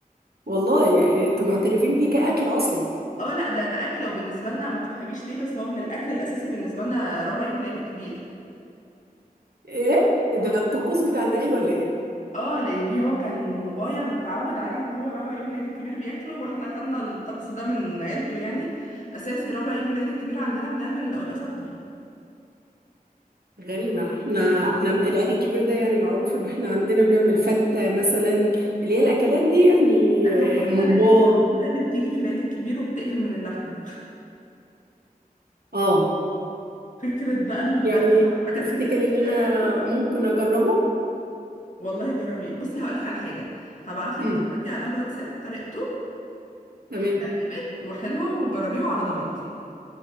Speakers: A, on the right (about 85°); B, on the left (about 55°).
A: والله يعني انتوا معترفين بيه كأكل اصلا
B: اه لا ده ده اكله وبالنسبه لنا ما تفهميش ليه بس هو من الاكل الاساسي بالنسبه لنا ربع يوم العيد الكبير
A: ايه ده الطقوس بتاع العيد ولا ايه
B: اه لان هو كان بابايا متعود عليه ان هو ربع يوم العيد الكبير بياكله واحنا خدنا الطقس ده من عيلته يعني اساسي ربع يوم العيد الكبير عندنا بنعمل قلقاس اخضر
A: غريبة احنا احنا العيد الكبير ده يعني معروف ان احنا عندنا بنعمل فتة مثلا اللي هي الاكلات دي يعني
B: لا هو احنا
A: آه، ممبار
B: العيله الوحيده اللي بتيجي في العيد الكبير وبتقفل من اللحمه
A: اه
B: فكره بقى الذبح
A: يعني
B: والحاجات
A: تفتكر
B: كتيره في الشارع
A: ان انا
B: دي
A: ممكن اجربه
B: والله جربيه بصي هقولك على حاجه هبعتلك
A: امم
B: دلوقتي على الواتساب طريقته
A: تمام
B: هتعجبك وحلوه وجربيه على ضمانتي